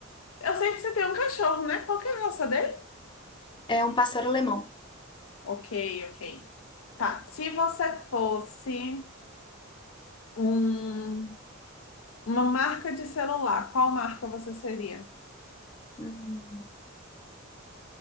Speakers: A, on the left; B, on the left.
A: Eu sei que você tem um cachorro, né? Qual que é a raça dele?
B: É um pastel alemão.
A: Ok, ok. Tá. Se você fosse um- uma marca de celular, qual marca você seria?
B: Hum.